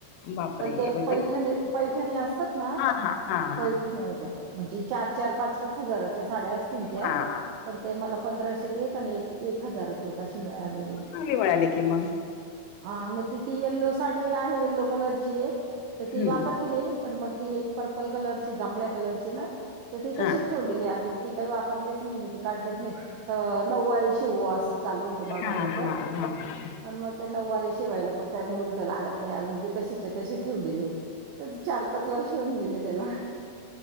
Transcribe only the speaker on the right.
पण ते
पैठणी पैठणी असतात ना
पैठण्या होत्या त्या म्हणजे चार चार पाच पाच हजाराच्या साड्या असतील त्या.
पण ते मला पंधराशेेत एक आणि एक एक हजारात एक अशी मिळालेली.
हा म ती ती यल्लो साडी आहे यल्लो कलरची तर ती
वापरते मी, पण मग ती एक पर्पल कलरची जांभळ्या कलरची ना तर ती तशीच
ठेवलेली अजून ती काय वापरलीच नाही मी ती काढलीच नाही त नऊवारी शिवू अस चालू होत माझ
त्याच
पण मग त्या नऊवारी शिवायला पण काय मुहूर्त लागत नाही अजून ती तशीच्या तशी ठेवलेली हाय चार पाच वर्ष होऊन गेले त्याला,